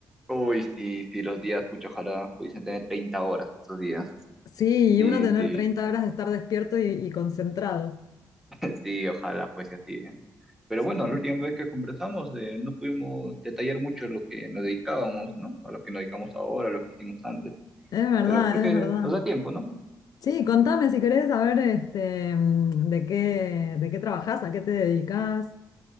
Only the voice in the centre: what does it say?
Uy, sí, sí, los días, pucha, ojalá pudiesen tener 30 horas esos días.
Sí,
sí,
<laughs> sí, ojalá fuese así, ¿eh? Pero
bueno, la última vez que conversamos eh, no pudimos detallar mucho lo que nos dedicábamos, ¿no? A lo que nos dedicamos ahora, a lo que hicimos antes,
pero creo que
nos da tiempo, ¿no?